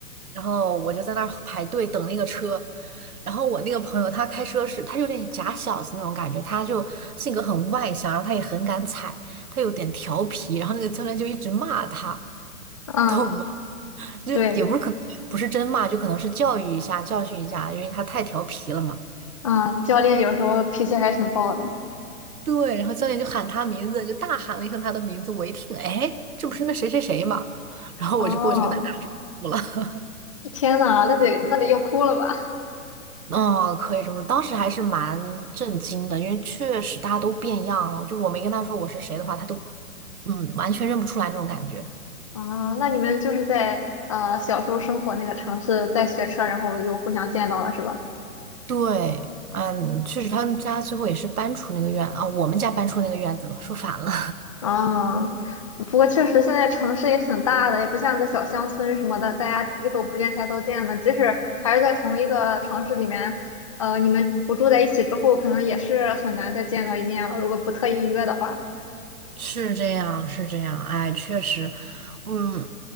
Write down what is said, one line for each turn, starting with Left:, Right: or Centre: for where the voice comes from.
Right: 然后我就在那儿排队等那个车，然后我那个朋友他开车是，他有点假小子那种感觉，他就性格很外向，然后他也很敢踩，他有点调皮，然后那个教练就一直骂他，
Left: 啊，
Right: 你懂吗？就也不是可能不是真骂，
Left: 对，
Right: 就可能是教育一下，教训一下，因为他太调皮了嘛。
Left: 啊教练有时候脾气还挺暴的。
Right: 对，然后教练就喊他名字，就大喊了一声他的名字，我一听，哎，这不是那谁谁谁嘛，<laughs> 然后我就过去跟他打招呼了。
Left: 哦，天呐，那得那得要哭了吧？
Right: 嗯，可以这么说。当时还是蛮震惊的，因为确实大家都变样了。就是我没跟他说我是谁的话，他都嗯完全认不出来那种感觉。
Left: 啊，那你们就是在呃小时候生活那个城市，在学车，然后又互相见到了，是吧？
Right: 对，嗯，确实他们家最后也是搬出那个院啊，我们家搬出那个院子了，说反了。
Left: 啊，不过确实现在城市也挺大的，也不像个小乡村什么的，大家低头不见抬头见的。即使还是在同一个城市里面，呃，你们不住在一起之后，可能也是很难再见到一面了，如果不特意约的话。
Right: <laughs> 是这样，是这样，哎，确实，嗯，